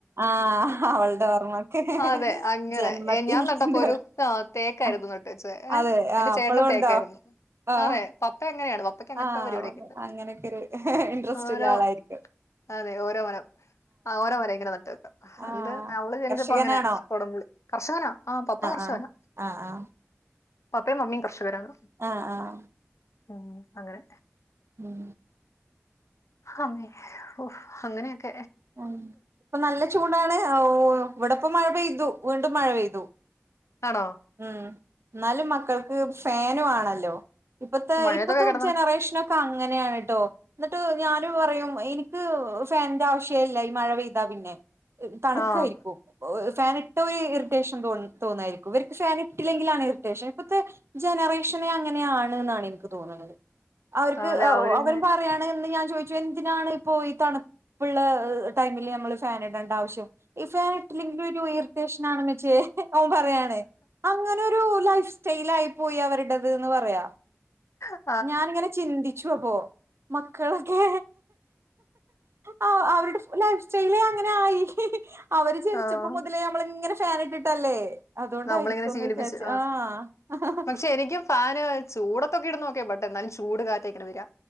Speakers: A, on the right; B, on the left.
A: ആഹ് അവളുടെ നമുക്ക്
B: അതെ അങ്ങനെ
A: ജന്മത്തിത്ത
B: ഏ, ഞാൻ നട്ടപ്പോ ഒരു ആ തേക്കായിരുന്നു
A: ആഹ്
B: നട്ടു വെച്ചത് ഏ
A: അതെ
B: എന്റെ
A: ആഹ്
B: ചേട്ടനും
A: അപ്പളും
B: തേക്കായിരുന്നു
A: ഉണ്ടോ ആഹ്
B: അതെ പപ്പ അങ്ങനെയാണ് പപ്പക്ക് അങ്ങനത്തെ
A: ആഹ്
B: പരിപാടിയൊക്കെ ഉണ്ട്
A: അങ്ങനെയൊക്കെ ഒരു ഇൻട്രസ്റ്റ്
B: ഓരോ
A: ഉള്ള ആളായിരിക്കും
B: അതെ ഓരോ മരം ആഹ് ഓരോ മരം ഇങ്ങനെ നട്ട വെക്കാം
A: ആഹ്
B: എന്ത് അവള് ജനിച്ചപ്പ
A: കർഷകനാണോ
B: അങ്ങനെ പടമ്പളി കർഷകനാ ആഹ് പപ്പ കർഷകനാ
A: ആഹ് ആഹ്
B: പപ്പയും മമ്മിയും കർഷകരാണ്
A: ആഹ് ആഹ്
B: ഉം അങ്ങനെ
A: ഉം
B: അമ്മേ ഓഹ് അങ്ങനെക്ക
A: ഉം ഇപ്പൊ നല്ല ചൂടാണ് ഇവിടെപ്പോ മഴ പെയ്തു വീണ്ടും മഴ പെയ്തു
B: ആണോ
A: ഉം എന്നാലും മക്കൾക്ക് ഫാന് വേണല്ലോ ഇപ്പത്തെ
B: മഴയത്തൊക്കെ
A: ഇപ്പത്തെ
B: കിടന്ന
A: ജനറേഷനൊക്കെ അങ്ങനെയാണ് ട്ടോ എന്നിട്ട് ഞാന് പറയും എനിക്ക് ഫാനിന്റെ ആവശ്യ ഇല്ല ഈ മഴ പെയ്താ പിന്നെ തണുക്കായിരിക്കും
B: ആഹ്
A: ഫാന ഇട്ട ഒരു ഇറിറ്റേഷൻ തോ തോന്നായിരിക്കും ഫാൻ ഇട്ടില്ലെങ്കിലാണ് ഇറിറ്റേഷൻ ഇപ്പഴത്തെ ജനറേഷനെ അങ്ങനെയാണ്ന്നാണ് എനിക്ക് തോന്നന്നത് അവർക്ക്
B: അതെ അവര്
A: അവരും
B: പിന്നെ
A: പറയാണ് എന്ന് ഞാൻ ചോദിച്ച എന്തിനാണ് ഇപ്പോ ഈ തണുപ്പുള്ള ടൈമില് നമ്മള് ഫൻ ഇടേണ്ട ആവശ്യം ഇ ഫാൻ ഇട്ടെങ്കിലും ഒരു ഇറിറ്റേഷൻ ആണ വെച്ചേ ഓൻ പറയാണ് അങ്ങനെരു ലൈഫ് സ്റ്റൈൽ ആയി പോയി അവരുടേത് എന്ന് പറയാ
B: ആഹ്
A: ഞാനിങ്ങനെ ചിന്തിച്ചുവ അപ്പോ മക്കളൊക്കെ ആഹ് അവരുടെ ലൈഫ് സ്റ്റൈല അങ്ങനായി അവര് ജനിച്ചപ്പോ
B: ആഹ്
A: മുതലേ നമ്മളിങ്ങനെ ഫാൻ ഇട്ടിട്ടല്ലേ അതുകൊണ്ടായിരിക്കുംന്ന്
B: നമ്മളിങ്ങനെ ശീലിപ്പിച്ച്
A: വിചാരിച്ച ആഹ്
B: പക്ഷെ എനിക്കും ഫാന് ചൂടൊത്തൊക്കെ ഇട് നോക്കിയ ബട്ടെ എന്നാലും ചൂട് കാറ്റേക്കെ വരാ